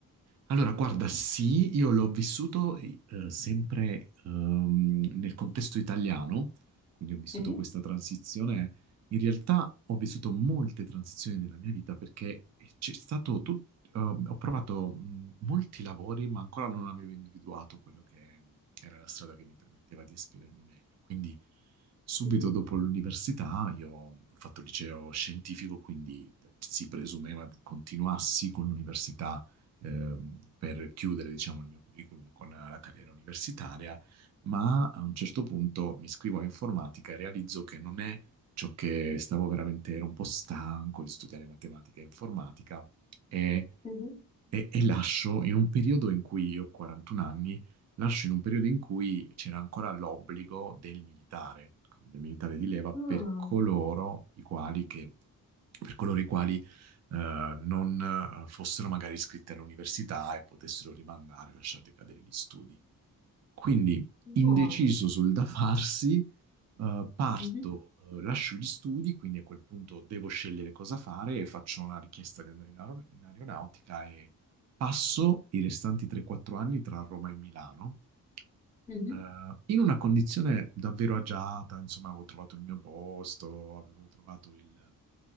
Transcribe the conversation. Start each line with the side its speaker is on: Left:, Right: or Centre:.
Right: Allora, guarda, sì, io l'ho vissuto eh, sempre ehm, nel contesto italiano, quindi ho vissuto
Left: Mhm,
Right: questa transizione. In realtà ho vissuto molte transizioni nella mia vita perché c'è stato tut- ehm, ho provato mh, molti lavori, ma ancora non avevo individuato quello che era la strada che mi permetteva di esprimermi meglio. Quindi subito
Left: mhm,
Right: dopo l'università io ho fatto il liceo scientifico, quindi si presumeva continuassi con l'università ehm, per chiudere, diciamo, il mio curriculum con la, la carriera universitaria, ma a un certo punto mi iscrivo a informatica e realizzo che non è ciò che stavo veramente, ero un po' stanco di studiare matematica e informatica e,
Left: mhm.
Right: e- e lascio in un periodo in cui io ho 41 anni, lascio in un periodo in cui c'era ancora l'obbligo del militare, quindi del militare di leva per
Left: Ah,
Right: coloro i quali che, per coloro i quali eh, non eh, fossero magari iscritti all'università e potessero rimandare, lasciar decadere gli studi. Quindi,
Left: ah,
Right: indeciso sul da farsi, eh, parto,
Left: mhm,
Right: eh, lascio gli studi, quindi a quel punto devo scegliere cosa fare e faccio una richiesta di andare in, aer- in aeronautica e passo i restanti 3-4 anni tra Roma e Milano
Left: mhm,
Right: eh, in una condizione davvero agiata, insomma, avevo trovato il mio posto, avevo trovato il,